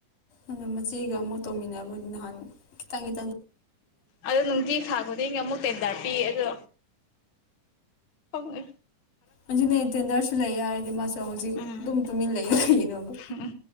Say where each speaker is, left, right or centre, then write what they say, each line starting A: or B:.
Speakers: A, on the left (about 75°); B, on the left (about 45°).
A: ꯑꯗꯣ ꯃꯆꯦꯒ ꯑꯃꯨꯛ ꯇꯧꯃꯤꯟꯅꯅꯕꯗꯤ ꯅꯍꯥꯟ ꯀꯈꯤꯇꯪꯒꯤ
B: ꯑꯗꯣ ꯅꯨꯡꯇꯤ ꯊꯥ ꯈꯨꯗꯤꯡꯒꯤ ꯑꯃꯨꯛ ꯇꯦꯟꯗꯔ ꯄꯤ ꯑꯗꯣ ꯍꯦ
A: ꯍꯧꯖꯤꯅꯦ ꯇꯦꯟꯗꯔꯁꯨ ꯂꯩ ꯍꯥꯏꯔꯗꯤ ꯃꯥꯁꯨ ꯍꯧꯖꯤꯛ
B: ꯎꯝ
A: ꯑꯗꯨꯝ ꯇꯨꯃꯤꯟ ꯂꯩꯌ ꯀꯔꯤꯅꯣꯕ
B: ꯎꯝ